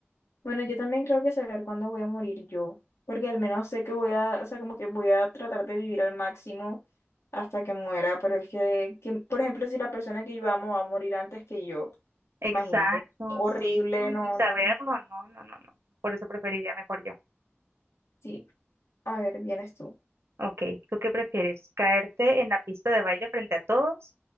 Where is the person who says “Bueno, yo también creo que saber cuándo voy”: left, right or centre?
Left